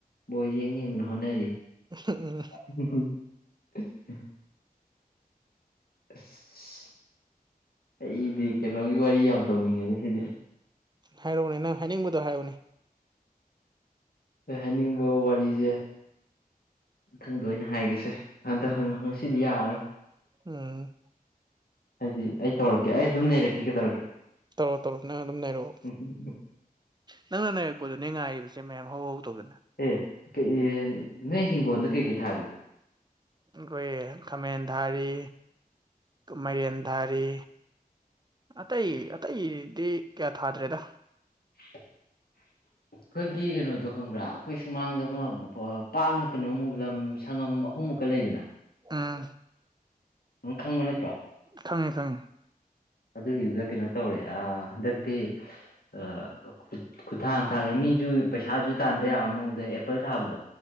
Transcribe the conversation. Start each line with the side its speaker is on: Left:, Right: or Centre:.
Left: ꯕꯣꯜ ꯌꯦꯡ ꯌꯦꯡꯗꯨꯅ ꯍꯣꯠꯅꯔꯤ
Right: ꯎ ꯎꯝ
Left: ꯎꯝꯝ
Right: <unintelligible>
Left: <unintelligible> ꯑꯁ ꯑꯩꯗꯤ ꯀꯩꯅꯣꯒꯤ ꯋꯥꯔꯤ ꯌꯥꯝ ꯇꯧꯅꯤꯡꯉꯦꯗ ꯁꯤꯗꯤ
Right: ꯍꯥꯏꯔꯛꯎꯅꯦ ꯅꯪ ꯍꯥꯏꯅꯤꯡꯕꯗꯣ ꯍꯥꯏꯌꯨꯅꯦ
Left: ꯑꯩ ꯍꯥꯏꯅꯤꯡꯕ ꯋꯥꯔꯤꯁꯦ ꯃꯊꯪꯗ ꯑꯣꯏꯅ ꯍꯥꯏꯒꯦꯁꯦ ꯍꯟꯗꯛ ꯉꯁꯤꯗꯤ ꯌꯥꯔꯔꯣꯏ
Right: ꯎꯝ
Left: ꯍꯥꯏꯗꯤ ꯑꯩ ꯇꯧꯔꯛꯀꯦ ꯑꯩ ꯑꯗꯨꯝ ꯅꯩꯔꯛꯀꯦ ꯀꯩꯗꯧꯔꯒꯦ
Right: ꯇꯧꯔꯣ ꯇꯧꯔꯣ ꯅꯪ ꯑꯗꯨꯝ ꯅꯩꯔꯛꯑꯣ
Left: ꯎꯝꯝꯝ
Right: ꯅꯪꯅ ꯅꯩꯔꯛꯄꯗꯨꯅꯦ ꯉꯥꯏꯔꯤꯕꯁꯦ ꯃꯌꯥꯝ ꯍꯧ ꯍꯧ ꯇꯧꯗꯅ
Left: ꯑꯦ ꯀ ꯅꯣꯏ ꯍꯤꯡꯒꯣꯜꯗ ꯀꯩꯀꯩ ꯊꯥꯔꯤꯒꯦ
Right: ꯑꯩꯈꯣꯏ ꯈꯥꯃꯦꯟ ꯊꯥꯔꯤ ꯃꯥꯏꯔꯦꯟ ꯊꯥꯔꯤ ꯑꯇꯩ ꯑꯇꯩꯗꯤ ꯀꯌꯥ ꯊꯥꯗ꯭ꯔꯦꯗ
Left: ꯍ <inaudible> ꯑꯩꯈꯣꯏꯒꯤ ꯀꯩꯅꯣꯗꯣ ꯈꯪꯕ꯭ꯔꯥ ꯑꯩꯈꯣꯏ ꯁꯨꯃꯥꯡꯗ ꯑꯃ ꯄꯥꯛꯅ ꯀꯩꯅꯣꯃꯨꯛ ꯂꯝ ꯁꯪꯉꯝ ꯑꯍꯨꯝꯃꯨꯛꯀ ꯂꯩꯗꯅ
Right: ꯑꯥ
Left: ꯅꯪ ꯈꯪꯕ ꯅꯠꯇ꯭ꯔꯣ
Right: ꯈꯪꯉꯦ ꯈꯪꯉꯦ
Left: ꯑꯗꯨꯒꯤꯗꯨꯗ ꯀꯩꯅꯣ ꯇꯧꯔꯦ ꯑ ꯍꯟꯗꯛꯇꯤ ꯑ ꯈꯨꯠꯊꯥꯑꯝ ꯊꯥꯒꯦ ꯃꯤꯁꯨ ꯄꯩꯁꯥꯁꯨ ꯇꯥꯟꯕ ꯌꯥꯕ ꯃꯑꯣꯡꯗ ꯑꯦꯄꯜ ꯊꯥꯕꯗꯣ